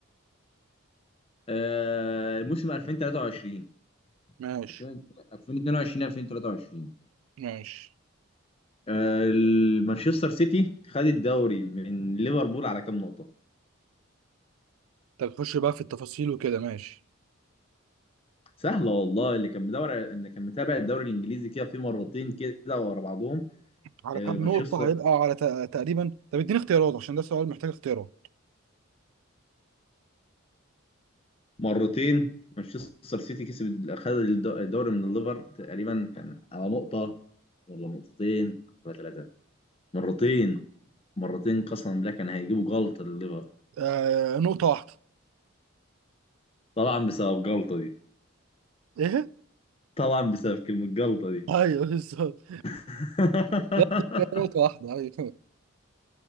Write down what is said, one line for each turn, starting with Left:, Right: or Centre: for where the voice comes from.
Left: آه، موسم 2023
Right: ماشي
Left: 2022 2023
Right: ماشي
Left: آه، المانشستر سيتي خد الدوري من ليفربول على كام نقطة
Right: طب خش بقى في التفاصيل وكده ماشي
Left: سهلة والله اللي كان مدور اللي كان متابع الدوري الانجليزي كده في مرتين كده ورا بعضهم
Right: على
Left: آه،
Right: كام
Left: مانشستر
Right: نقطة هيبقى على تق- تقريبا طب اديني اختيارات عشان ده سؤال محتاج اختيارات
Left: مرتين مانشستر سيتي كسب خد الد- الدوري من الليفر تقريبا كان على نقطة ولا نقطتين ولا ثلاثة مرتين مرتين قسما بالله كان هيجيبوا جلطة للليفر
Right: آه نقطة واحدة
Left: طبعا بسبب جلطة دي
Right: ايه؟
Left: طبعا بسبب كلمة جلطة دي
Right: ايوه بالظبط
Left: <laughs>
Right: جت نقطة واحدة أيوة